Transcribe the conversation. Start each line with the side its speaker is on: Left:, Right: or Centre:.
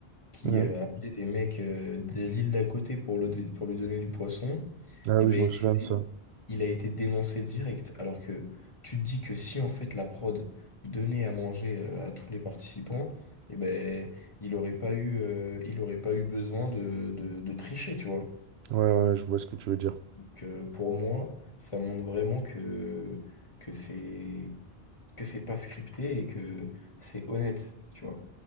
Left: qui
Right: Mhm.
Left: euh, appelait des mecs euh, de l'île d'à côté pour, le, pour lui donner du poisson,
Right: Ah
Left: et
Right: oui,
Left: ben
Right: je me
Left: il
Right: souviens
Left: a été,
Right: de ça.
Left: il a été dénoncé direct. Alors que tu te dis que si, en fait, la prod donnait à manger euh, à tous les participants, et ben il aurait pas eu, euh, il aurait pas eu besoin de, de, de tricher, tu vois
Right: Ouais, ouais, je vois ce que tu veux dire.
Left: que pour moi, ça montre vraiment que, que c'est, que c'est pas scripté et que c'est honnête, tu vois.